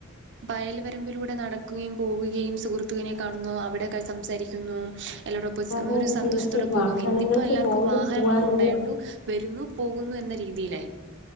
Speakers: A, on the right; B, on the left.
A: വയൽവരമ്പിലൂടെ നടക്കുകയും പോകുകയും സുഹൃത്തുവിനെ കാണുന്നു അവിടെ സംസാരിക്കുന്നു എല്ലോടൊപ്പം
B: അതെ
A: ഒരു
B: അതെ
A: സന്തോഷത്തോടെ
B: തീർച്ചയായും
A: പോകുന്നു
B: വാഹനങ്ങൾക്ക്
A: ഇന്നിപ്പം എല്ലാവർക്കും
B: പോലും
A: വാഹനങ്ങളൊക്കെ
B: പോവാനുള്ള
A: ഉണ്ടായൊണ്ട് വരുന്നു പോകുന്നു എന്ന രീതിയിലായി